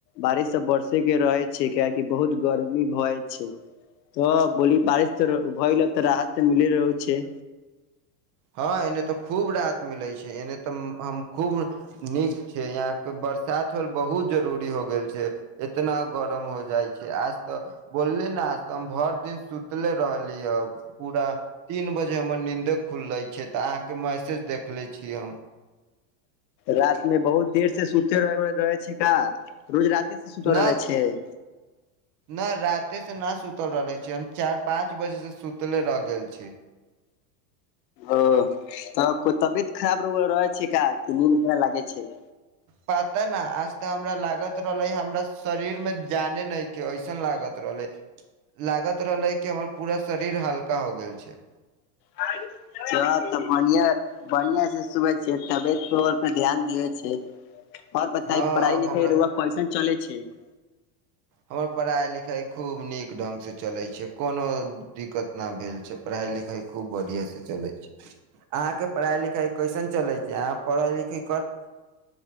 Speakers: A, on the left; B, on the right.
A: बारिश त बरसे के रहै छैय कियाकी बहुत गरमी भ जाइ छैय त बोली बारिश त भयल त राहत तमिले रहौ छैय
B: हँ एने त खूब रात मिलैत छैय एने त हम खूब नीक छैय यहाँके बरसात होल बहुत जरूरी हो गेल छैय इतना गरम हो जाइ छै आज त बोलली ने आज त हम भरि दिन सुतले रहली ह पूरा तीन बजे हमर नींदे खुल्लै छैय त अहाँके मैसेज देख लै छीयै हम
A: रात मे बहुत देर से सुते रहे रहै छिका रोज रात केस सुतो
B: न
A: रहबै छैय
B: न राख कते से ना सुतल रहे छी हम चार पाँच बजे से सुतले रह गेल छी
A: ओ त कोइ तबियत खराब रौआ रहै छै का कि नीन्द नैय लागै छैय
B: पाता ना आज त हमरा लागत रहले हम हमरा शरीर मे जाने नहिखे ऐसन लागत रहले लागत रहले कि हमर पूरा शरीर हल्का हो गेल छैय
A: ह तऽ बढ़िया बढ़ियासँ सुबै छियै तबियतपर ध्यान देै छियै आओर बताई
B: हँ
A: पढ़ाई
B: अब हमरा
A: लिखई रौआ कैसन चलै ठीक
B: हमर पढ़ाई लिखाई खूब नीक ढंगसे चलै छै कोनो दिक्कत न भेल छै पढ़ाई लिखाई खूब बढ़िया से चले छै अहाँ के पढ़ाई लिखाई कैसन चले छै अहाँ पढ़ाई लिखाई